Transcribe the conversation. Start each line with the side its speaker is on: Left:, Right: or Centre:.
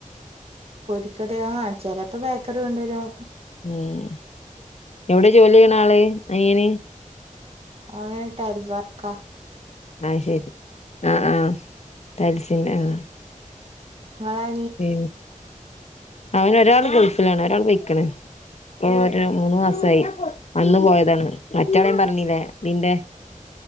Right: പൊരിക്കട ആഹ് ചെലപ്പൊ ബേക്കറി കൊണ്ട് വരും.
Left: ഉം എവ്ടെ ജോലി ചെയ്യ്ണ് ആള് അനിയന്.
Right: ഓന് ടൈൽ വർക്ക.
Left: ആ ശരി ആഹ ആഹ ടൈൽസിന്റെ ആഹ
Right: നിങ്ങളെ
Left: പി അവന് ഒരാൾ ഗൾഫിലാണ് ഒരാൾ പോയിക്ക്ണ്. ഇപ്പൊ ഒരു മൂന്ന് മാസായി വന്ന് പോയതാണ്. മറ്റവള് ഞാൻ പറഞ്ഞില്ലേ ഇതിന്റെ